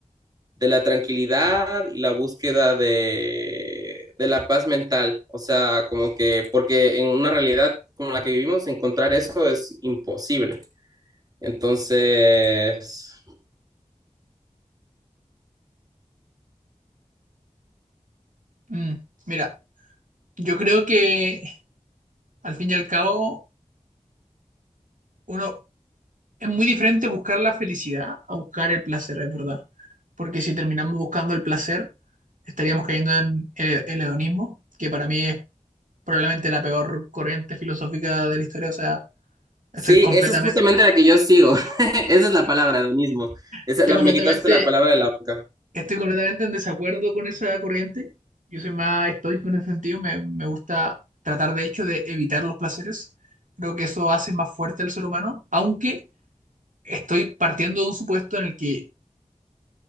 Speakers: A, on the right; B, on the right.
A: de la tranquilidad y la búsqueda de, de la paz mental. O sea, como que, porque en una realidad como la que vivimos, encontrar eso es imposible. Entonces,
B: Mm, mira, yo creo que al fin y al cabo, uno, Es muy diferente buscar la felicidad a buscar el placer, es verdad. Porque si terminamos buscando el placer, estaríamos cayendo en el, el hedonismo, que para mí es probablemente la peor corriente filosófica de la historia. O sea, estoy
A: sí,
B: completamente,
A: esa es justamente la que yo sigo. <laughs> Esa es la palabra, lo mismo. Esa,
B: estoy
A: la,
B: completamente,
A: me quitaste la palabra de la boca.
B: estoy completamente en desacuerdo con esa corriente. Yo soy más estoico en ese sentido. Me, me gusta tratar, de hecho, de evitar los placeres. Creo que eso hace más fuerte al ser humano, aunque estoy partiendo de un supuesto en el que